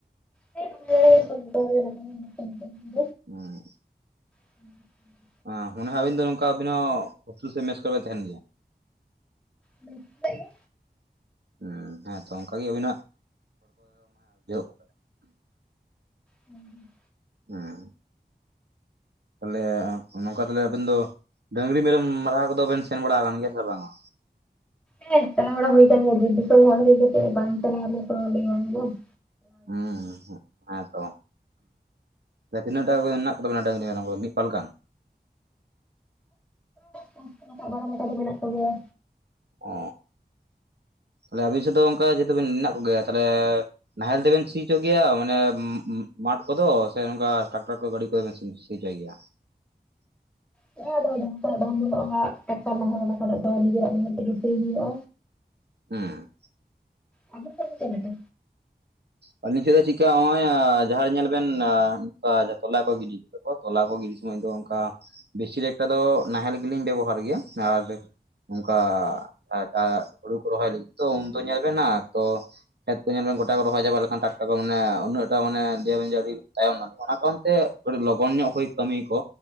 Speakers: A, in the centre; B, on the right (about 75°).
A: ᱦᱮᱸ ᱱᱟᱯᱟᱭ ᱵᱟᱲᱟ ᱜᱮ, ᱥᱚᱵ ᱦᱚᱲ ᱜᱮ ᱱᱟᱯᱟᱭ ᱜᱮ᱾ ᱢᱮᱱᱟᱜ
B: ᱟ᱾
A: <inaudible>
B: ᱟ ᱢᱚᱱᱮ ᱦᱚᱭ ᱟᱵᱤᱱ ᱫᱚ ᱱᱚᱝᱠᱟ ᱟᱵᱤᱱ ᱦᱚᱸ ᱦᱳᱥᱴᱮᱞ ᱥᱮ ᱢᱮᱥ ᱠᱚᱨᱮ ᱵᱮᱱ ᱛᱟᱦᱮᱱ ᱜᱮᱭᱟ?
A: ᱢᱮᱥ ᱠᱚᱨᱮᱜ ᱜᱮ᱾
B: ᱦᱩᱸ ᱦᱮᱸ ᱛᱚ ᱚᱱᱠᱟᱜᱮ ᱟᱹᱵᱤᱱᱟᱜ <inaudible>
A: ᱦᱩᱸ ᱦᱩᱸ᱾
B: ᱦᱮᱸ᱾ ᱛᱟᱦᱚᱞᱮ ᱱᱚᱝᱠᱟ ᱛᱟᱞᱦᱮ ᱟᱵᱤᱱ ᱫᱚ ᱰᱟᱝᱨᱤ ᱢᱮᱨᱚᱢ ᱢᱟᱨᱦᱟ ᱠᱚᱫᱚ ᱵᱮᱱ ᱥᱮᱱ ᱵᱟᱲᱟ ᱟᱠᱟᱱ ᱜᱮᱭᱟ ᱥᱮ ᱵᱟᱝᱟ?
A: ᱦᱮᱸ ᱪᱟᱞᱟᱣ ᱵᱟᱲᱟ ᱦᱩᱭ ᱠᱟᱱ ᱜᱮᱭᱟ ᱵᱤᱨ ᱫᱤᱥᱚᱢ ᱦᱚᱲ ᱦᱩᱭ ᱠᱟᱛᱮ ᱵᱟᱝ ᱪᱟᱞᱟᱜ ᱚᱱᱟ ᱛᱚ ᱞᱟᱹᱭ ᱵᱟᱝ ᱜᱟᱱᱚᱜ-ᱟ᱾
B: ᱦᱩᱸ᱾ ᱦᱮᱸ ᱛᱚ, ᱛᱤᱱᱟᱹᱜ ᱴᱟᱜ ᱢᱮᱱᱟᱜ ᱠᱚ ᱛᱟᱵᱮᱱᱟ ᱰᱟᱝᱨᱤ ᱢᱮᱨᱚᱢ ᱠᱚᱫᱚ ᱢᱤᱫ ᱯᱟᱞ ᱜᱟᱱ?
A: <inaudible> ᱵᱟᱲᱟ ᱞᱮᱠᱟ ᱫᱚ ᱢᱮᱱᱟᱜ ᱠᱚᱜᱮᱭᱟ᱾
B: ᱚ ᱛᱟᱦᱞᱮ ᱟᱵᱤᱱ ᱥᱮᱫ ᱫᱚ ᱚᱱᱠᱟ ᱡᱮᱦᱮᱛᱩ ᱵᱮᱱ ᱢᱮᱱᱟᱜ ᱠᱚᱜᱮᱭᱟ ᱛᱟᱦᱞᱮ ᱱᱟᱦᱮᱞ ᱛᱮᱵᱮᱱ ᱥᱤ ᱦᱚᱪᱚᱭ ᱜᱮᱭᱟ ᱢᱟᱱᱮ ᱢᱟᱴᱷ ᱠᱚᱫᱚ ᱥᱮ ᱱᱚᱝᱠᱟ ᱴᱨᱟᱠᱴᱟᱨ ᱠᱚ ᱜᱟᱹᱰᱤ ᱠᱚᱛᱮ ᱵᱮᱱ ᱥᱤᱭᱟ? ᱥᱤ ᱪᱚᱭ ᱜᱮᱭᱟ᱾ <inaudible>
A: ᱦᱮᱸ ᱟᱫᱚ ᱡᱟᱦᱟᱸ ᱠᱚᱨᱮᱜ ᱵᱟᱝ ᱵᱚᱞᱚᱜᱼᱟ ᱦᱟᱸᱜ ᱴᱟᱠᱴᱟᱨ ᱱᱟᱦᱮᱞ ᱚᱱᱟ ᱠᱚᱨᱮᱜ ᱫᱚ ᱱᱤᱡᱮᱨᱟᱜ ᱱᱟᱦᱮᱞ ᱛᱮᱜᱮ ᱫᱤᱱ ᱦᱩᱭᱩᱜᱼᱟ᱾
B: ᱦᱩᱸ᱾
A: ᱟᱯᱮ ᱥᱮ ᱫᱚ ᱪᱮᱫ ᱞᱮᱠᱟ?
B: ᱟᱹᱞᱤᱧ ᱥᱮᱫ ᱫᱚ ᱪᱤᱠᱠᱟ ᱦᱚᱸᱜᱼᱚᱭ ᱡᱟᱦᱟᱸ ᱨᱮ ᱧᱮᱞ ᱵᱮᱱ ᱱᱚᱝᱠᱟ ᱡᱟᱦᱟᱸ ᱛᱚᱞᱟ ᱠᱚ ᱜᱤᱰᱤ <inaudible> ᱛᱚᱞᱟ ᱠᱚ ᱜᱤᱰᱤ ᱥᱚᱢᱚᱭ ᱫᱚ ᱚᱱᱠᱟ ᱵᱮᱥᱤ ᱠᱮᱠᱟ ᱫᱚ ᱱᱟᱦᱮᱞ ᱜᱮᱞᱤᱧ ᱵᱮᱵᱚᱦᱟᱨ ᱜᱮᱭᱟ ᱟᱨ ᱚᱱᱠᱟ <inaudible> ᱦᱩᱲᱩ ᱠᱚ ᱨᱚᱦᱚᱭ ᱞᱟᱹᱜᱤᱫ ᱛᱚ ᱩᱱᱫᱚ ᱧᱮᱞ ᱵᱮᱱ ᱦᱟᱸᱜ ᱛᱚ ᱠᱷᱮᱛ ᱠᱚ ᱧᱮᱞ ᱵᱮᱱ ᱜᱚᱴᱟ ᱨᱚᱦᱚᱭᱟ ᱡᱟᱵᱟ ᱞᱮ <inaudible> ᱠᱚ ᱢᱟᱱᱮ ᱩᱱᱟᱹᱜᱴᱟ ᱢᱟᱱᱮ ᱞᱮᱭᱟᱵᱤᱱ ᱡᱮ ᱟᱹᱰᱤ ᱛᱟᱭᱚᱢᱱᱟᱞᱤᱧ, ᱚᱱᱟ ᱠᱟᱨᱚᱱ ᱛᱮ ᱟᱹᱰᱤ ᱞᱚᱜᱚᱱ ᱧᱚᱜ ᱦᱩᱭ ᱠᱟᱹᱢᱤ ᱠᱚ